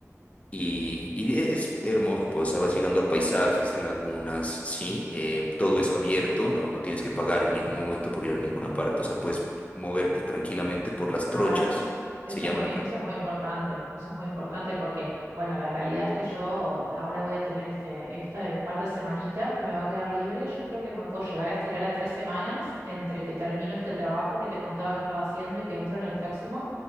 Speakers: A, on the left; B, on the right.
A: Y, y e, es hermoso, pues, o sea, vas llegando a paisajes, lagunas, ¿sí? Eh, todo es abierto, no, no tienes que pagar en ningún momento por ir a ninguna parte, o sea, puedes moverte tranquilamente por las trochas,
B: Ah, eso es, eso
A: se llaman
B: es muy,
A: acá.
B: eso es muy importante, eso es muy importante porque, bueno, la realidad es que yo ahora voy a tener este, este par de semanitas que me va a quedar libre. Yo creo que me puedo llegar a estirar a tres semanas entre que termino este trabajo que te contaba que estaba haciendo y que entro en el próximo.